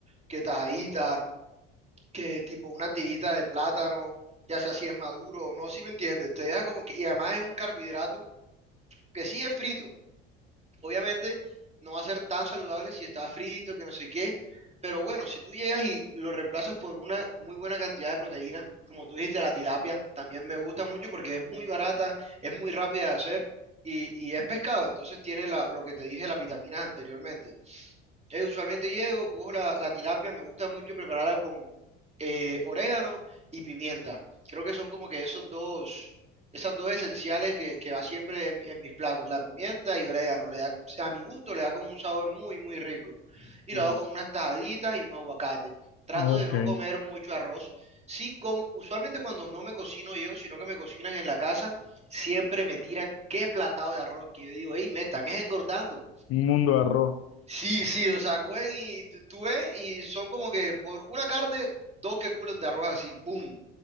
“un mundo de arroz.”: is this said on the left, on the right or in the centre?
Left